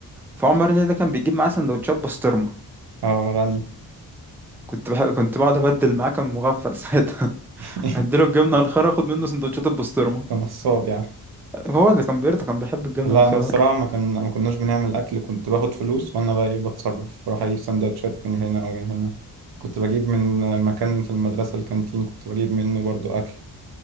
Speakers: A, in the centre; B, on the right.
A: فعمر نادي ده كان بيجيب معاه سندوتشات بسطرمه
B: اه غني
A: كنت بح... كنت بقعد ابدل معاه كان مغفل ساعتها <laughs>
B: <laughs>
A: اديله الجبنه والخيار اخد منه سندوتشات البسطرمه
B: نصاب يعني
A: هو اللي كان بيرضى كان بيحب الجبنه
B: لا
A: والخيار
B: انا الصراحه ما كان ما كناش بنعمل اكل كنت باخد فلوس وانا بقى ايه بتصرف بروح اجيب سندوتشات من هنا او من هنا كنت بجيب من مكان في المدرسه الكانتين كنت بجيب منه برضو اكل